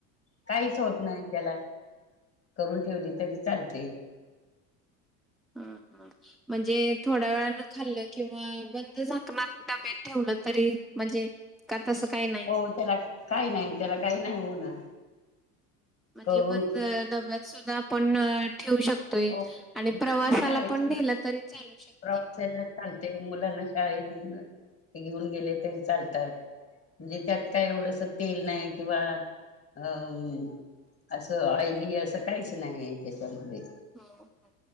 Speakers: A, on the left; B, in the centre.
A: काहीच होत नाही त्याला करून ठेवली तरी चालतय-
B: हम्म हम्म म्हणजे थोड्या वेळान खाल्लं किंवा बंद झाकण डब्यात ठेवलं तरी म्हणजे का तसं काही नाही.
A: हो त्याला काही नाही त्याला काही नाही होणार
B: म्हणजे
A: करून
B: बंद डब्यात सुद्धा आपण ठेवू शकतो
A: हो
B: आणि
A: मुलांना
B: प्रवासाला
A: शाळेत
B: पण नेलं तरी चालू शकतो
A: प्रवासाला चालते मुलांना शाळेत घेऊन गेले तरी चालतात म्हणजे त्यात काय एवढस तेल नाही किंवा अं असं ऑइली असं काहीच नाही त्याच्यामध्ये
B: हो हो